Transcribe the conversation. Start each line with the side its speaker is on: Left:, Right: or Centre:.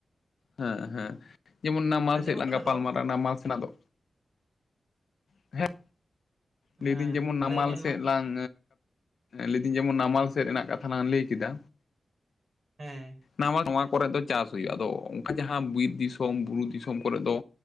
Left: ᱦᱮᱸ ᱦᱮᱸ ᱡᱮᱢᱚᱱ ᱱᱟᱢᱟᱞ
Right: ᱟᱸᱡᱚᱢᱚᱜ
Left: ᱥᱮᱫ ᱞᱟᱝ
Right: ᱠᱟᱱᱟ
Left: ᱜᱟᱯᱟᱞᱢᱟᱨᱟᱭᱮᱱᱟ
Right: ᱨᱚᱲ
Left: ᱱᱟᱢᱟᱞ ᱥᱮᱱᱟᱜ ᱫᱚ ᱦᱮᱸ ᱞᱟᱹᱭᱫᱟᱹᱧ
Right: ᱦᱮᱸ
Left: ᱡᱮᱢᱚᱱ ᱱᱟᱢᱟᱞ
Right: ᱞᱟᱹᱭ ᱵᱮᱱ
Left: ᱥᱮᱫ
Right: ᱢᱟ
Left: ᱞᱟᱝ ᱞᱟᱹᱭᱫᱟᱹᱧ ᱡᱮᱢᱚᱱ ᱱᱟᱢᱟᱞ ᱥᱮᱫ ᱨᱮᱱᱟᱜ ᱠᱟᱛᱷᱟ ᱞᱟᱝ ᱞᱟᱹᱭ ᱠᱮᱫᱟ
Right: ᱦᱮᱸ
Left: ᱱᱚᱣᱟ ᱠᱚᱨᱮᱜ ᱫᱚ ᱪᱟᱥ ᱦᱩᱭᱩᱜᱼᱟ ᱟᱫᱚ ᱚᱱᱠᱟ ᱡᱟᱦᱟᱸ ᱵᱤᱨ ᱫᱤᱥᱚᱢ ᱵᱩᱨᱩ ᱫᱤᱥᱚᱢ ᱠᱚᱨᱮᱜ ᱫᱚ